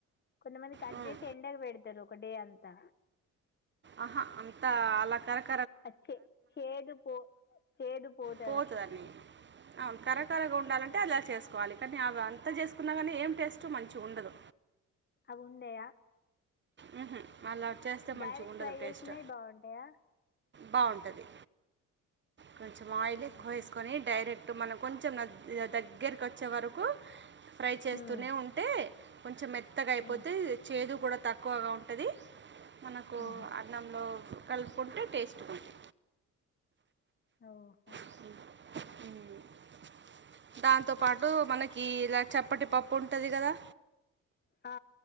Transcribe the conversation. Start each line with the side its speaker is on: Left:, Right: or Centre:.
Left: కొంతమంది కట్
Right: మ్మ్.
Left: చేసి ఎ ఎండ పెడతారు ఒకటే అంతా
Right: ఆహా అంతా అలా కరెక్ట్
Left: అంతే చేదు పో చేదు పోదు
Right: పోతదన్ని అవును కరకరగా ఉండాలన్ అంటే అలా చేసుకోవాలి కానీ అవి అంతా చేసుకున్నా కానీ ఏం టేస్ట్ మంచిగా ఉండదు
Left: అవుండయ
Right: మ్మ్ హు అలా చేస్తే మంచిగా
Left: డైరెక్ట్
Right: ఉండదు
Left: ఫ్రై
Right: టేస్ట్
Left: చేసినవి బాగుంటాయా
Right: బాగుంటది కొంచెం ఆయిల్
Left: ఆహా
Right: ఎక్కువ యేసుకొని డైరెక్ట్ మనం కొంచెం దగ్గరకు వచ్చే వరకు ఫ్రై చేస్తూనే
Left: మ్మ్
Right: ఉంటే కొంచెం మెత్తగయిపోతే
Left: మ్మ్
Right: చేదు కూడా తక్ ఎక్కువగా ఉంటది మనకు
Left: మ్మ్
Right: అన్నంలో కలుపుకుంటే టేస్ట్ ఉంది
Left: ఓహో
Right: మ్మ్ దాంతోపాటు మనకి ఇలా చప్పటి పప్పు ఉంటది కదా
Left: ఆ